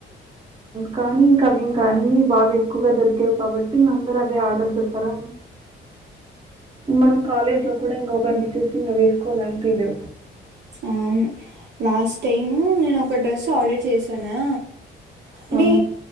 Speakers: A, on the right; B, on the right.
A: కానీ ఇంకా అవి ఇంకా అన్నిీ బాగా ఎక్కువగా దొరికేవు కాబట్టి మీ అందరు అవే ఆర్డర్ పెడతారా మనం కాలేజ్ లో కూడా ఇంకొకరిని చూసి ఇంక వేసుకోవాలని అనిపిదు
B: అవును లాస్ట్ టైమ్ నేను ఒక డ్రెస్ ఆర్డర్ చేశానా అది
A: ఆ!